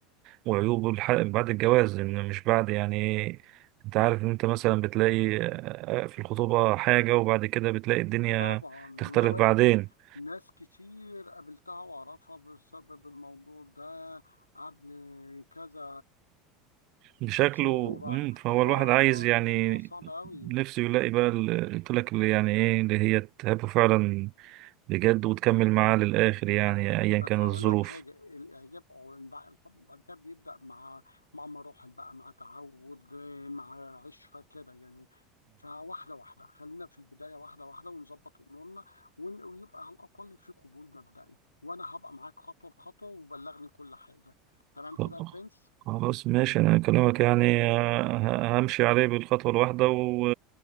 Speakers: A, on the right; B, on the left.
A: وعيوبه الح- بعد الجواز إن مش بعد يعني إيه، انت عارف ان انت مثلا بتلاقي آه، في الخطوبة حاجة وبعد كده بتلاقي الدنيا
B: طبعا
A: تختلف
B: ودواري
A: بعدين
B: كتير ناس كتير قابلتها وأعرفها بسبب الموضوع ده قبل كذا
A: بشكله
B: فين وبعد
A: مم، فهو
B: آه
A: الواحد عايز يعني
B: الموضوع صعب أوي
A: نفسه يلاقي بقى ال- قلت لك اللي يعني ايه اللي هي تحبه فعلا بجد وتكمل معاه للآخر يعني ايا
B: بس
A: كانت
B: هقول
A: الظروف
B: لك حاجة الإعجاب أو الب- الحب بعد كده بيبدأ مع مع مراحل بقى مع تعود مع عشرة كده يعني فواحدة واحدة خلينا في البداية واحدة واحدة ونظبط أمورنا ون- ويبقى على الأقل في قبول مبدئي وأنا هبقى معاك خطوة بخطوة وبلغني كل حاجة تمام
A: خ-
B: كده يا برنس
A: خلاص ماشي انا اكلمك يعني آه، ه- همشي عليه بالخطوة الواحدة و...